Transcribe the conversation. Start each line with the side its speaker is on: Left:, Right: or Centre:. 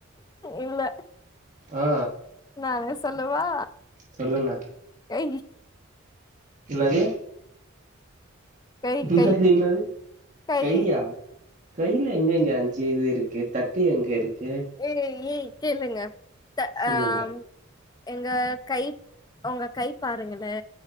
Left: இல்ல
Right: ஆ
Left: நானே சொல்லவா
Right: சொல்லல
Left: ஏ
Right: இல்லாது
Left: கை
Right: என்னாது
Left: கை
Right: என்னாது
Left: கை
Right: கையா கையில எங்க எங்க அஞ்சு இது இருக்கு தட்டு எங்க இருக்கு
Left: ஏ ஏய் கேளுங்க ட
Right: சொல்லுங்க
Left: ஆம் எங்க கை ஒங்க கை பாருங்களே